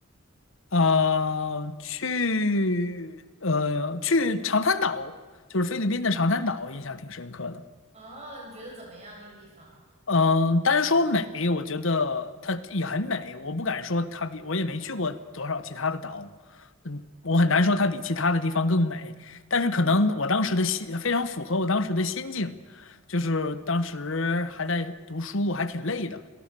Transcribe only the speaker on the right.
哦，你觉得怎么样那个地方？